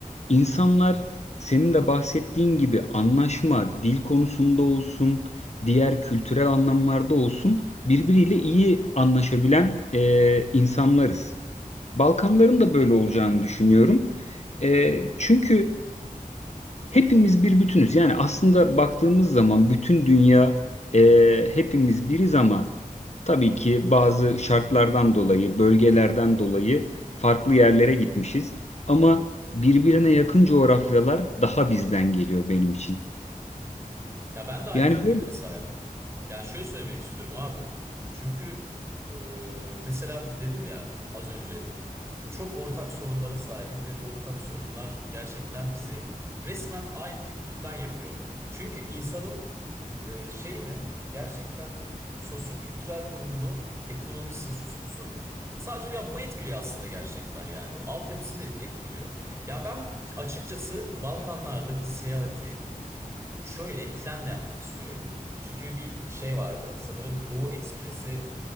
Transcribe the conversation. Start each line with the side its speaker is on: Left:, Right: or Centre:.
Left: İnsanlar senin de bahsettiğin gibi anlaşma, dil konusunda olsun, diğer kültürel anlamlarda olsun birbiriyle iyi anlaşabilen e, insanlarız. Balkanların da böyle olacağını düşünüyorum. E, çünkü hepimiz bir bütünüz. Yani aslında baktığımız zaman bütün dünya e, hepimiz biriz ama tabii ki bazı şartlardan dolayı, bölgelerden dolayı farklı yerlere gitmişiz. Ama birbirine yakın coğrafyalar daha bizden geliyor benim için.
Right: Ya ben de aynı
Left: Yani
Right: fikirleri
Left: böyle.
Right: sahibim. Yani şöyle söylemek istiyorum abi. Çünkü e, mesela dedim ya az önce çok ortak sorunlara sahibiz ve bu ortak sorunlar gerçekten bizi resmen aynı kültürden yapıyor. Çünkü insanın e, şeyini gerçekten sosyokültürel durumunu, ekonomisi, şusu busu sadece ya bu etkiliyor aslında gerçekten yani. Altyapısı bir etkiliyor. Ya ben açıkçası Balkanlarda bir seyahati Şöyle trenle yapmak istiyorum. Çünkü bir şey vardı. Sanırım Doğu Ekspresi